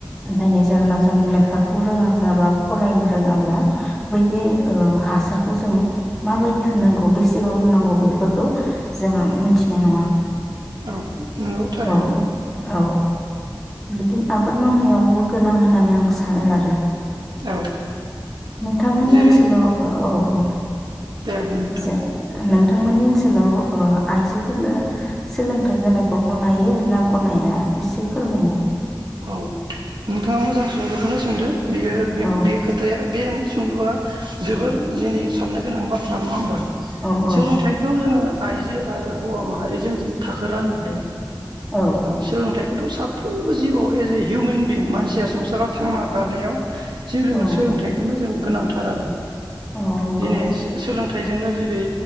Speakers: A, in the centre; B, on the right (about 75°).
A: जायनि जाहोनाव जों लेखा <unintelligible> फरायनो रोङाब्ला बै बे हासारखौ जों माबायदि होनांगौ बेसेबां होनांगौ बेफोरखौ जोङो मोनथिनाय नङा।
B: औ थारैनो
A: औ औ बिदिनो आबाद मावनायावबो गोनां होननानै आं सानो आरो।
B: औ
A: नोंथांमोननि
B: जेरै
A: ओनसोलाव औ औ
B: दे बुं नोंथां
A: ए नोंथांमोननि ओनसोलाव आइजोफोरनो सोलोंथाइ जानायखौ गनायो ना गनाया एसे फोरमायनो
B: औ नोंथाङा मोजां सोंलुखौनो सोंदों। बेयो बे
A: औ
B: बे खोथाया बे सुंलुआ जोबोर जोंनि साननो गोनां बाथ्रा नङा होमबा।
A: औ औ
B: सोलोंथाइखौ जोङो आइजो आरो हौवा माहारिजों जों थाखो राननो हाया।
A: औ
B: सोलोंथाइखौथ' साफ <unintelligible> एज ए हिउमेन बिं मानसि संसाराव थांना जानायावसिम जोंङो
A: औ
B: सोलोंथाइखौनो जों गोनां। थार आरो
A: औ नंगौ
B: दिनै सोलोंथ नाथायजोंनो जेरै